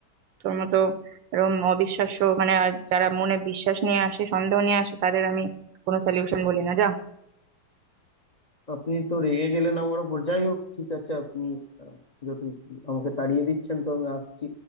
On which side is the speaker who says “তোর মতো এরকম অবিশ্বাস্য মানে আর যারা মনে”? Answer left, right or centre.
Right